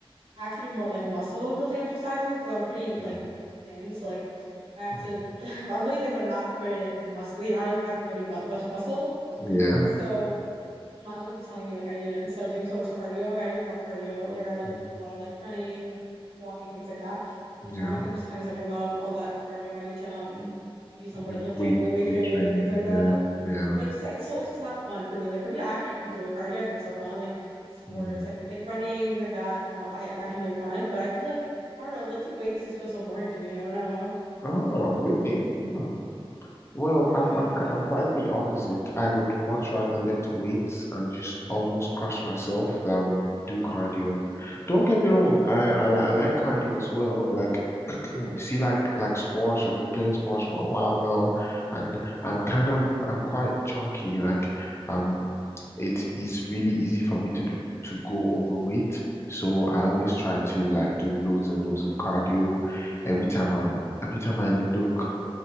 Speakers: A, on the right; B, on the left.
A: I have to do more like muscle building exercises because I'm pretty like
B: Mm,
A: thin. So like I have
B: mm,
A: to <laughs> I'm really thin but not very like muscly. I don't really have any mu much muscle.
B: Yeah.
A: So my uncle keeps telling me like I need to instead of doing so much cardio, like I do a lot of cardio, like I
B: Mm.
A: do a lot of like running, walking, things like that. Because
B: Yeah.
A: my uncle keeps telling me so I'm doing a lot of all that cardio, I need to um do some
B: You
A: weightlifting,
B: do Weight
A: weight
B: weight
A: training,
B: training.
A: things like
B: Yeah.
A: that.
B: Yeah.
A: But it's just like it's so it's just not fun for me. Like for me, I actually enjoy cardio. I think it's so fun. Like sports,
B: Mm.
A: I think like running, things like that. Um, I find to be really fun. But I feel like I don't know, lifting weights just feels so boring to me. I don't know.
B: Oh, really? Hmm. Well,
A: Yeah,
B: I'm I'm ki-
A: I feel like
B: I'm
A: it's
B: quite the opposite. I would much rather lift weights and just almost crush myself than do cardio. Don't get me wrong, I I, li- I like cardio as well. Like <clears throat> you see, like like squash. I've been playing squash for a while now, and I'm kind of I'm quite chunky. Like um, it is really easy for me to be to go overweight. So I always try to like do loads and loads of cardio every time I'm every time I look